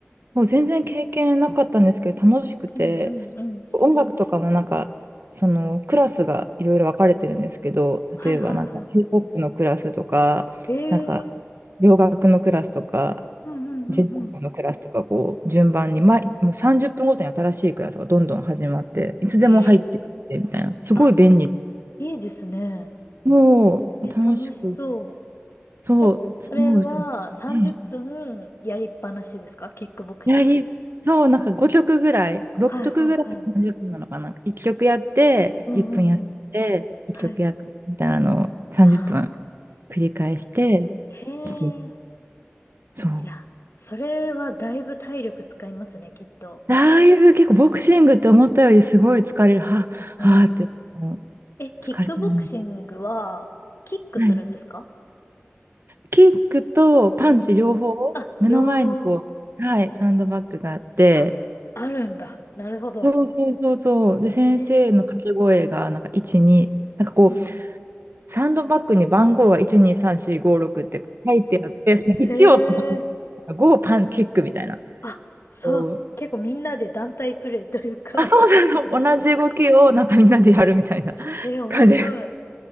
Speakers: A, on the right; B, on the left.
A: もう全然経験なかったんですけど、楽しくて、
B: う。うんうんうん。
A: 音楽とかもなんか、そのクラスがいろいろ分かれてるんですけど、
B: はいはいは
A: 例えばなんかヒップホップのクラスとか、
B: い。ええー
A: なんか洋楽のクラスとか、
B: うんうんうんうん。
A: ジェンポのクラスとか、こう、順番に、毎、もう30分ごとに新しいクラスがどんどん始まって、いつでも入ってくってみたいな、
B: ええ
A: すごい便利。
B: あ、いいですね。
A: もう楽しく、
B: え、楽しそう。
A: そう、
B: え、それは30分やりっぱなしですかキックボクシング。
A: すごい。はいやり、そう、なんか5曲ぐらい、6曲ぐらい30分なのかな。
B: はいはいはい。
A: 1曲やって、
B: うんうんうん。
A: 1分やって、1曲やって、
B: はい。
A: みたいなのを30分
B: はあ
A: 繰り返して、
B: へ
A: ちょっと、
B: え。
A: そう。
B: いや、それはだいぶ体力使いますね、きっと。
A: だいぶ結構ボクシングって思ったよりすごい疲れる。はあ、
B: うん。
A: はあって、もう
B: え、キックボクシングは、
A: 疲れてるんです。
B: キックするんですか
A: はい。キックとパンチ両方、
B: うん。あ、
A: 目の前にこう、
B: 両、
A: はい、サンドバッグがあって、
B: あ、あるんだ。なるほど。
A: そうそうそうそう。で、先生の掛け声が、
B: へえ。
A: なんか1、2、なんかこう、
B: うんうん。
A: サンドバッグに番号が1、2、3、4、5、6って書いてあって、1を
B: へえ。
A: 5をパンキックみたいな。
B: あ、そう。
A: こう
B: 結構みんなで団体プレイというか
A: あ、そうそうそう、同じ動きをなんかみんなでやるみたいな
B: <laughs> え面白い。
A: 感じ。